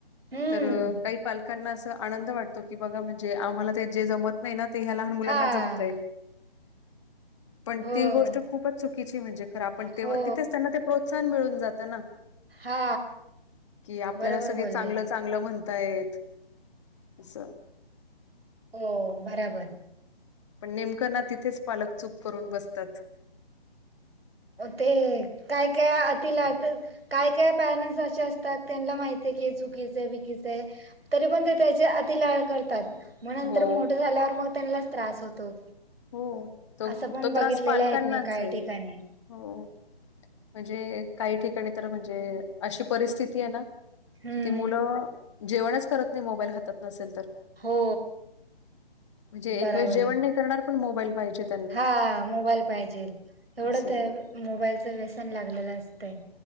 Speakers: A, on the right; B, on the left.
A: हम्म
B: तर काही पालकांना असं आनंद वाटतो, की बघा म्हणजे आम्हाला ते जे जमत महिना ना ते ह्या लहान मुलांना
A: हा
B: जमतय, पण
A: हो
B: ती गोष्ट खूपच चुकीची म्हणजे खरं आपण तेव्हा,
A: हो
B: तिथेच त्यांना ते प्रोत्साहन मिळून जातं ना
A: हा
B: कि आपल्याला
A: बरोबर
B: सगळे
A: बोलले
B: चांगलंच चांगलं म्हणतायेत असं
A: हो बराबर
B: पण नेमकं ना, तिथेच पालक चूक करून बसतात.
A: ते काय काय अती लाड? काय काय पॅरेंट्स अस च असतात त्यांना माहितीए की, हे चुकीचं हाय बिकीच हाय तरी पण ते त्याचे अति लाड करतात. मग नंतर
B: हो
A: मोठं झाल्यावर मग त्यांनलाच त्रास होतो.
B: हो तो
A: असं पण
B: तो
A: बघितलेलं
B: त्रास पालकांनाच
A: आहेत मी काही
B: हय.
A: ठिकाणी
B: हो म्हणजे काही ठिकाणी तर, म्हणजे अशी परिस्थिती ए ना
A: हम्म
B: कि ते मुलं जेवणच करत नई, मोबाईल हातात नसेल तर
A: हो
B: म्हणजे एक
A: बराबर
B: वेळेस जेवण नाई करणार, पण मोबाईल पाहिजेत.
A: हा मोबाईल पाहिजेल, एवढं
B: असं आहे
A: ते मोबाईलचं व्यसन लागलेलं असतंय